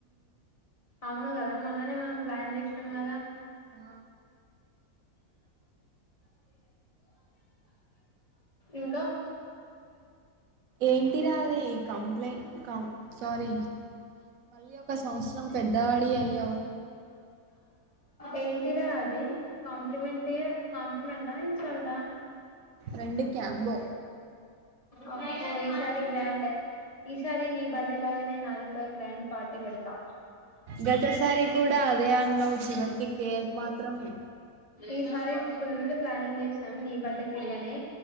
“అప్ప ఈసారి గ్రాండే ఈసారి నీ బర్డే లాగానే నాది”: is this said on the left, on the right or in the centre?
Left